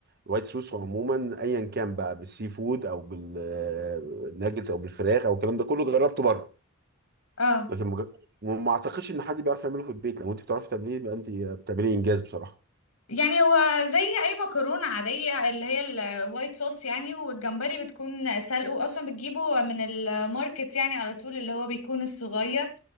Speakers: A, on the right; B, on the left.
A: الوايت صوص عموما ايا كان بقى بالسي فود او بالناجتس او بالفراخ او الكلام ده كله جربته بره
B: اه
A: لكن ما جر- ما اعتقدش ان حد بيعرف يعمله في البيت لو انت بتعرفي تعمليه يبقى انت بتعملي انجاز بصراحه
B: يعني هو زي اي مكرونه عاديه اللي هي الوايت صوص يعني والجمبري بتكون سلقه اصلا بتجيبه من الماركت يعني على طول اللي هو بيكون الصغير